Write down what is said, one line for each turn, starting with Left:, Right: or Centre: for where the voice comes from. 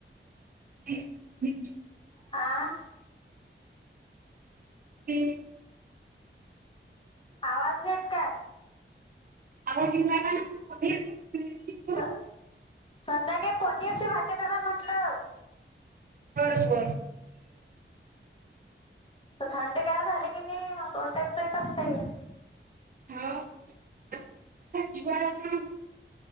Right: <inaudible>
Left: आ
Right: ती
Left: आवाज येत काय
Right: <inaudible> <unintelligible> करू
Left: संध्याकाळी पनीरची भाजी करा म्हटलं.
Right: बरबर
Left: थंडेगार झाली की नाही मग दोन टाईम तर तेच असते.
Right: ह <inaudible>